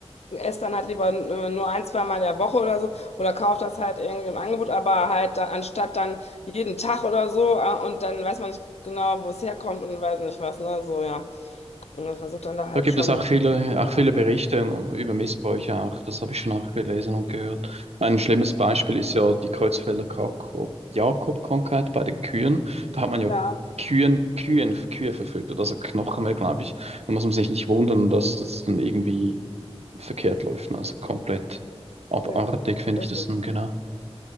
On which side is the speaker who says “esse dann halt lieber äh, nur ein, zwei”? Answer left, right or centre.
Left